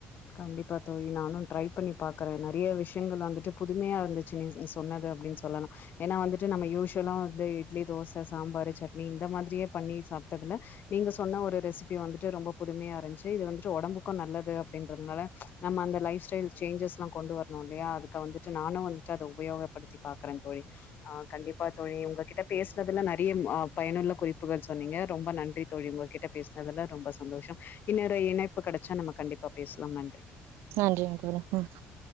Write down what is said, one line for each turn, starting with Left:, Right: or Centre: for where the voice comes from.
Left: கண்டிப்பா தோழி நானு ட்ரை பண்ணி பாக்கறே நெறையா விஷயங்கள் வந்துட்டு புதுமையா இருந்துச் சேர் நீ சொன்னது அப்டின்னு சொல்லலா ஏனா வந்துட்டு நம்ம யூசுவலா வந்து இட்லி தோச சாம்பாரு சட்னி இந்த மாதிரியே பண்ணி சாப் தகல நீங்க சொன்ன ஒரு ரெசிபி வந்துட்டு ரொம்ப புதுமையா இருந்துச்சு இது வந்துட்டு உடம்புக்கு நல்லது அப்டின்றதுனால நம்ம அந்த லைஃப் ஸ்டைல் சேஞ்சஸ்ல்லா கொண்டு வரணு இல்லையா அதுக்கு வந்துட்டு நானு வந்துட்டு அத உபயோகப்படுத்தி பாக்றே தோழி ஆ கண்டிப்பா தொழி உங்ககிட்ட பேசுனதுல நெறைய பயனுள்ள குறிப்புகள் சொன்னீங்க ரொம்ப நன்றி தொழி உங்ககிட்ட பேசினதுல ரொம்ப சந்தோஷம் இன்னொரு இணைப்பு கெடைச்சா நம்ம கண்டிப்பா பேஸ்லாம் நன்றி
Right: நன்றி ஒருதரோ அ